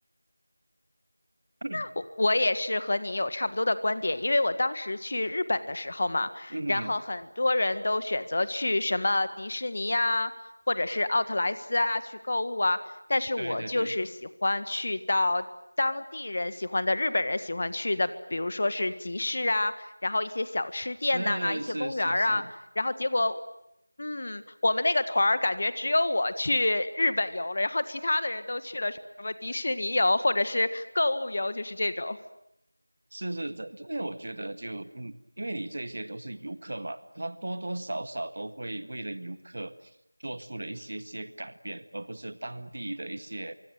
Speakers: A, on the right; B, on the left.
A: <laughs>
B: 我我也是和你有差不多的观点，因为我当时去日本的时候嘛，
A: 嗯，
B: 然后很多人都选择去什么迪士尼呀、或者是奥特莱斯啊去购物啊，但是我就是喜欢去到当地人喜欢的、
A: 对对对，
B: 日本人喜欢去的，比如说是集市啊，然后一些小吃店呐、
A: 是是是是，
B: 一些公园儿啊，然后结果。嗯，我们那个团儿感觉只有我去日本游了，然后其他的人都去了什么迪士尼游或者是购物游，就是这种。
A: 是是这，因为我觉得就嗯，因为你这些都是游客嘛，他多多少少都会为了游客做出了一些些改变，而不是当地的一些